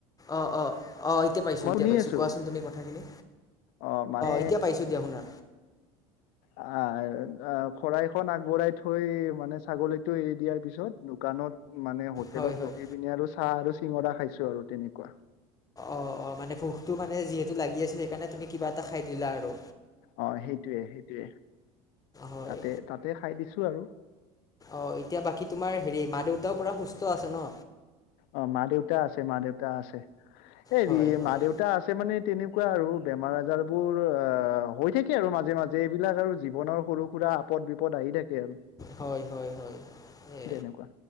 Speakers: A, on the left; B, on the left.
A: অ অ অ এতিয়া পাইছো
B: মই
A: এতিয়া
B: শুনি
A: পাইছো
B: আছো
A: কোৱাচোন তুমি কথাখিনি?
B: অ মানে
A: এতিয়া পাইছোঁ দিয়া শুনা
B: আহ খৰাই খন আগবঢ়াই থৈ মানে ছাগলীটো এৰি দিয়াৰ পিছত দোকানত মানে হোটেলত
A: হয় হয়
B: ৰখি পিনে আৰু চাহ আৰু চিঙৰা খাইছো আৰু তেনেকুৱা।
A: অ অ মানে ভোকটো মানে যিহেতু লাগি আছিল সেইকাৰণে তুমি কিবা এটা খাই দিলা আৰু।
B: অ সেইটোৱে সেইটোৱে,
A: হয়
B: তাতে তাতে খাই দিছো আৰু।
A: অ এতিয়া বাকী তোমাৰ হেৰি মা -দেউতাও পুৰা সুস্থ আছে ন?
B: অ মা -দেউতা আছে মা দেউতা আছে হেৰি
A: হয় হয়
B: মা -দেউতা আছে মানে তেনে কোৱা আৰু বেমাৰ আজাৰবোৰ হৈ থাকে আৰু মাজে মাজে এইবিলাক আৰু জীৱনৰ সৰু সুৰা বিপদ আহি থাকে আৰু
A: হয় হয় হয় এ
B: তেনেকুৱা